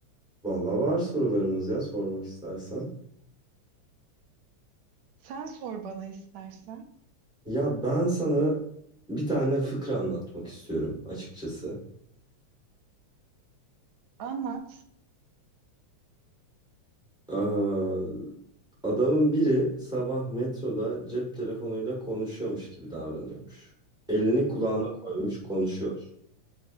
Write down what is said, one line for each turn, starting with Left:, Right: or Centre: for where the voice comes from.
Centre: Vallahi var sorularımız ya sormak istersen.
Right: Sen sor bana istersen.
Centre: Ya ben sana bir tane fıkra anlatmak istiyorum açıkçası.
Right: Anlat.
Centre: Ee, adamın biri sabah metroda cep telefonuyla konuşuyormuş gibi davranıyormuş. Elini kulağına
Right: <laughs>
Centre: koymuş konuşuyor.